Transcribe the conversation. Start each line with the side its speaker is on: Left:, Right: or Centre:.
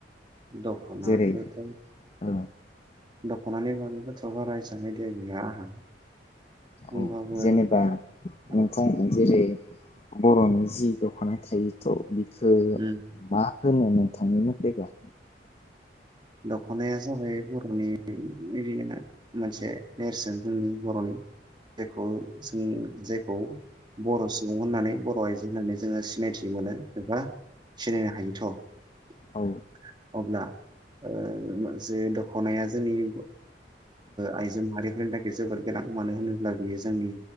Right: दखनाखोथ
Left: जेरै औ
Right: दखनानि बागैबाथ बरा एसां आइदिया गैया आंहा। होमबाबो
Left: अ जेनेबा नोंथां
Right: औ
Left: जेरै। बरनि जि दखना थायोथ बि <unintelligible>
Right: उम
Left: मा होनो नोंथांनि मतेबा।
Right: दखनाया जाबाय बरनि बिदिनो मोनसे नेरसोन जोंनि बर'नि। जायखौ जों जायखौ बर' सुबुं होननानै बर' आइजो होननानै जोङो सिनायथि मोनो एबा सिनायनो हायोथ अब्ला।
Left: औ
Right: ओ जे दा खनाया जोंनि ओ आइजो माहारिफोरनि थाखाय। बे जोबोर गोनां मानो होनोब्ला बियो जोंनि।